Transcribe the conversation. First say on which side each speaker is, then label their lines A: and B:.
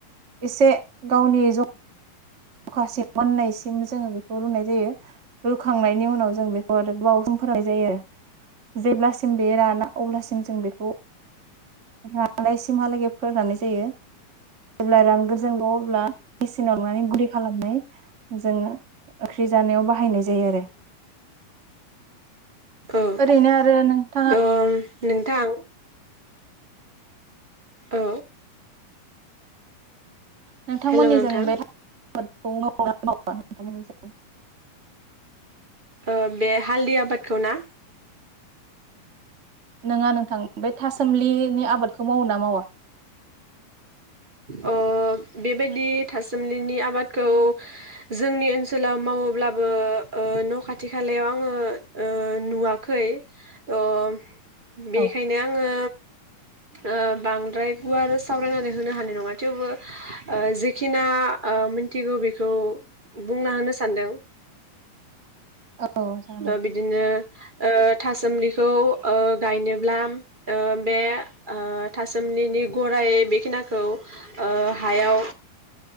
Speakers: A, on the right; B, on the right.
A: एसे गावनि ज' खासिम मोननायसिम जोङो बेखौ रुनाय जायो। रुखांनायनि उनाव जों बेखौ आरो गोबाव सम फोराननाय जायो। जेब्लासिम बे राना अब्लासिम जों बेखौ राननायसिमहालागै फोराननाय जायो जेब्ला रानगोन जों अब्ला मेचिनाव लांनानै गुन्दै खालामनाय जों ओंख्रि जानायाव बाहायनायै जायो आरो
B: औ
A: ओरैनो आरो नोंथाङा
B: औ नोंथां औ
A: नोंथांमोननि
B: हेल' नोंथां
A: जों बेखौ औ <inaudible>
B: ओ बे हालददि आबादखौ ना
A: नोङा नोंथां बे थासोमलिनि आ आबादखौ मावो ना मावा
B: अ बेबायदि थासुमलिनि आबादखौ जोंनि ओनसोलाव मावोब्लाबो ओ न खाथि खालायाव आंङो नुवाखै थ बेखायनो
A: औ
B: आंङो ओ बांद्राय गुवारै सावरायनानै होनो हानाय नंङा थेवबो ओ जेखिना ओ मिथिगौ बेखौ बुंना होनो सानदों
A: औ जागोन
B: दा
A: नोंथां
B: बिदिनो ओ थासोमलिखौ ओ गायनोब्ला बे थासोमलिनि गराय बेखिनि खौ ओ हायाव